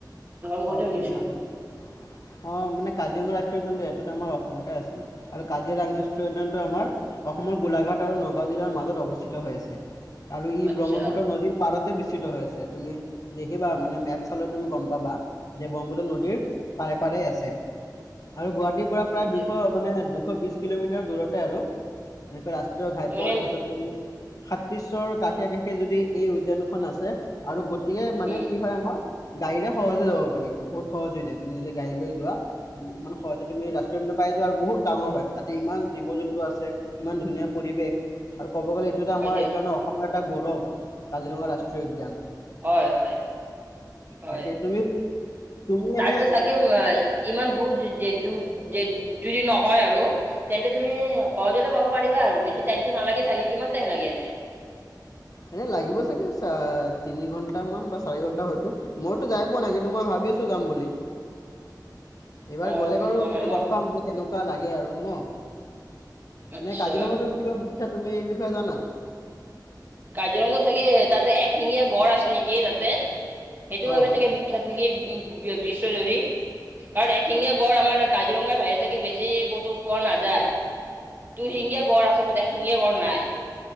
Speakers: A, on the right; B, on the left.
A: মুখতে
B: অ অ
A: শুনিছো
B: মানে কাজিৰঙা ৰা <unintelligible> সেইটোতো আমাৰ অসমতে আছে আৰু কাজিৰঙা ৰষ্ট্ৰীয় উদ্যানটো আমাৰ অসমৰ গোলাঘাট আৰু নগাঁও জিলাৰ মাজত অৱস্থিত হৈ আছে আৰু ই
A: আচ্ছা
B: ব্ৰহ্মপুত্ৰ নদীৰ পাৰতে বৃস্তিত হৈ আছে তুমি দেখিবা মানে মেপ চালে তুমি গম পাবা। যে ব্ৰহ্মপুত্ৰ নদীৰ পাৰে পাৰে আছে আৰু গুৱাহাটীৰ পৰা
A: হয়
B: প্ৰায়
A: দিয়ক
B: দুশ মানে দু বিশ কিলোমিটাৰ দূৰত আৰু এনেকে ৰাষ্ট্ৰীয় ঘাইপথ
A: এনে
B: তাৰপাছত সাতিশ্বৰ কাষে কাষে যদি এই উদ্যানখন আছে আৰু গ গতিকে মানে
A: উম
B: কি হয় আমাৰ গাড়ীৰে সহজ যাব পাৰি এইটো বহুত সহজ হৈ যায় তুমি যদি গাড়ী লৈ যোৱা মানে সহজতে তুমি ৰাষ্ট্ৰীয় উদ্যান পাই যোৱা আৰু বহুত ডা ডাঙৰ হয়, তাতে ইমান জীৱ-জন্তু আছে ইমান ধুনীয়া পৰিৱেশ আৰু ক'ব গ'লে এইটোতো
A: হয়
B: আমাৰ
A: দিয়ক
B: এইকাৰণে অসমৰ এটা গৌৰৱ কাজিৰঙা ৰাষ্ট্ৰীয় উদ্যান।
A: হয় হয় হয়।
B: তাকে তুমি তুমি
A: তাতে
B: এনে
A: চাগে ইমান দূৰ যদি নহয় আৰু তেন্তে তুমি স পাৰিবা আৰু বেছি টাইমটো নালাগে চাগে কিমান টাইম লাগে এনে?
B: এনে লাগিব চাগে চ তিনি ঘন্টামান বা চাৰি ঘন্টা হয়তো মইতো যাই পোৱা নাই কিন্তু মই ভাবি আছো যাম বুলি।
A: <inaudible>
B: এইবাৰ
A: অ
B: গ'লে
A: তুমি
B: বাৰু
A: যোৱা
B: তেতিয়া
A: নাই ন
B: গম পাম যে কেনেকুৱা লাগে আৰু ন?
A: আচ্ছা
B: নে কাজিৰঙাটো কিয় বিখ্যাত তুমি এই বিষয়ে জানা?
A: কাজিৰঙাটো চাগে তাতে এশিঙীয়া গড় আছে নেকি তাতে? সেইটো বাবে
B: অঁ
A: চাগে বিখ্যাত নিকি বিশ্বজুৰি। কাৰণ এশিঙীয়া গড় আমাৰ কাজিৰঙাৰ বাহিৰে চাগে বেছি ক'তো পোৱা নাযায়। দুই শিঙীয়া গঁড় আছে বাত এশিঙীয়া গঁড় নাই